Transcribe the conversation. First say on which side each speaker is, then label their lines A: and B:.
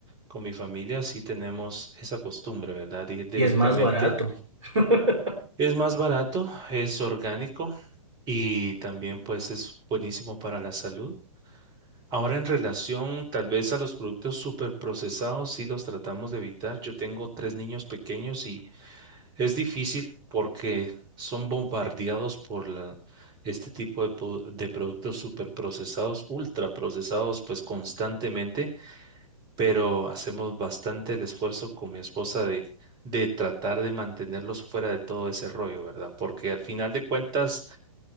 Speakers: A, on the right; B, on the right.
A: con mi familia, sí tenemos esa costumbre, ¿verdad? De ir directamente.
B: Y es más barato. <laughs>
A: Es más barato, es orgánico y también pues es buenísimo para la salud. Ahora en relación tal vez a los productos super procesados, sí los tratamos de evitar. Yo tengo tres niños pequeños y es difícil porque son bombardeados por la, este tipo de, po- de productos super procesados, ultra procesados pues constantemente pero hacemos bastante el esfuerzo con mi esposa de, de tratar de mantenerlos fuera de todo ese rollo, ¿verdad? Porque al final de cuentas,